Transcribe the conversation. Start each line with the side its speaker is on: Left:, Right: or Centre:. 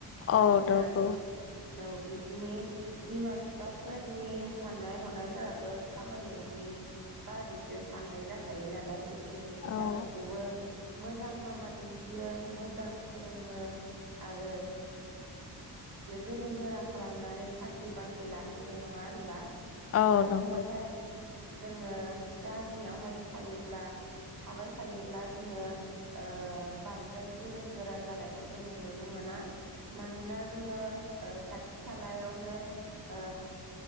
Right: मानोना
Left: औ नंगौ।
Right: औ बिसिनि बिमा बिफाफोरनि साननाय हनायफोराबो खामायनायनि बारैसो साननाय जाखायो नालाय बेखायनो फिसाफोरखौबो
Left: औ
Right: मोजां लामा दिन्थियो मोजां फोरोङो आरो गोरों गोरा खालामनानै साख्रि-बाख्रि लाहैयो नङा होनब्ला ओ
Left: औ नंगौ
Right: नाथाय जोङो गामियावहाय थायोब्ला थाबाय थायोब्ला जोङो ओ बांद्राय गोरों गोरा जानायखौ जोङो नुनो मोना मानोना जोङो ओ खाथि खालायावनो ओ